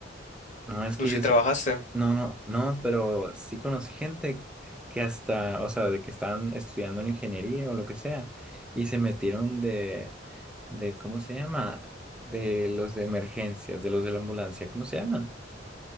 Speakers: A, in the centre; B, on the left.
A: No, es
B: ¿Tú
A: que
B: sí
A: yo sí,
B: trabajaste?
A: no, no, no, pero sí conocí gente que hasta, o sea, de que estaban estudiando en ingeniería o lo que sea, y se metieron de, de, ¿cómo se llama? De los de emergencias, de los de la ambulancia, ¿cómo se llaman?